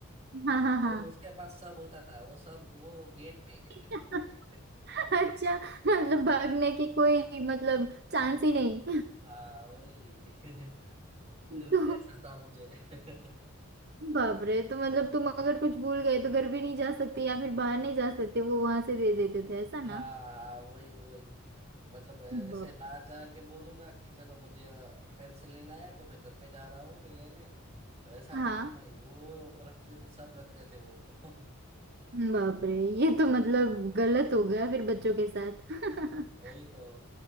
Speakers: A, on the right (about 45°); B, on the right (about 30°).
A: हाँ हाँ
B: तो
A: हाँ
B: उसके पास सब होता था वो सब वो गेट पे ही देखते
A: <laughs>
B: थे <laughs>
A: अच्छा मतलब भागने की कोई मतलब चांस ही नहीं
B: हाँ वही <laughs>
A: <laughs> तो
B: ऐसा था मुझे <laughs>
A: बाप रे तो मतलब तुम अगर कुछ भूल गए तो घर भी नहीं जा सकते या फिर बाहर नहीं जा सकते वो वहां से दे देते थे ऐसा ना
B: हाँ हाँ वही वही मतलब ऐसे
A: बाप
B: बाहर जाके बोलूंगा कि चलो मुझे पेंसिल नहीं लाया तो मैं घर पे जा रहा हूँ अभी लेने तो ऐसा
A: हाँ
B: कुछ नहीं वो रखते थे सब रखते थे वो <laughs>
A: बाप रे ये तो मतलब गलत हो गया फिर बच्चों के साथ <laughs>
B: वही तो